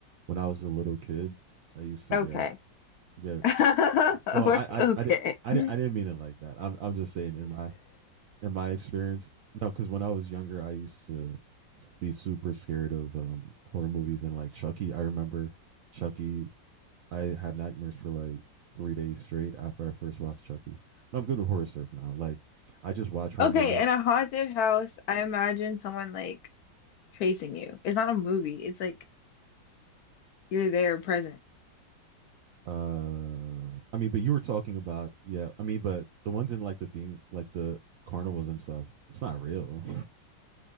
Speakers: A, on the right; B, on the left.
A: when I was a little kid, I used to
B: Okay.
A: get get.
B: <laughs>
A: Well, I
B: We're- Okay.
A: I I, di- I,
B: <laughs>
A: didn't I didn't mean it like that. I'm I'm just saying in my in my experience. No, because when I was younger, I used to be super scared of um, horror movies and like Chucky. I remember Chucky. I had nightmares for like three days straight after I first watched Chucky. But I'm good with horror stuff now. Like I just watch horror
B: Okay,
A: movies.
B: in a haunted house, I imagine someone like chasing you. It's not a movie. It's like you're there present.
A: Uh, I mean, but you were talking about yeah. I mean, but the ones in like the theme, like the carnivals and stuff, it's not real.